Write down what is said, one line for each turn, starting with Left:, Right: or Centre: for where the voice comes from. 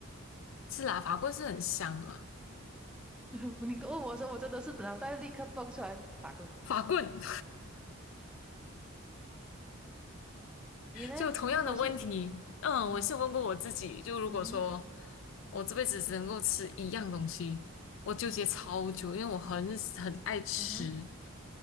Left: 是啦，法棍是很香啊。
Centre: <laughs> 你问我说，我真的是脑袋立刻蹦出来法棍。
Left: 法棍 <laughs>
Centre: 你呢？
Left: 就同样的问题，
Centre: 如果是
Left: 嗯，
Centre: 嗯
Left: 我是问过我自己，就如果说
Centre: 嗯哼
Left: 我这辈子只能够吃一样东西，我纠结超久，因为我很很爱吃，
Centre: 嗯哼，